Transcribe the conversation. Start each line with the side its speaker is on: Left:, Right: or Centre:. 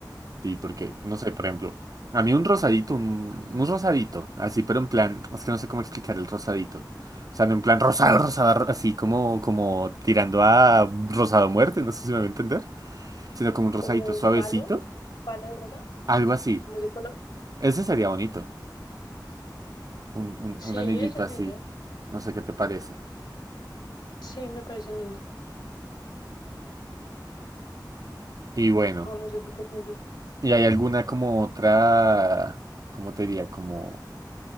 Right: Sí, porque, no sé, por ejemplo, a mí un rosadito, un, un rosadito, así, pero en plan, es que no sé cómo explicar el rosadito. O sea, no en plan rosado, rosado, ro- así como, como tirando a rosado a muerte, no sé si me voy a entender, sino como un rosadito
Left: Como un
Right: suavecito,
Left: palo, palo de rosa,
Right: algo así.
Left: como ese color.
Right: Ese sería bonito, un, un,
Left: Sí,
Right: un anillito
Left: ese es
Right: así,
Left: lindo.
Right: no sé qué te parece.
Left: Sí, me parece lindo.
Right: Y bueno.
Left: No, no sé tú qué piensas.
Right: ¿Y hay alguna como otra, cómo te diría, como,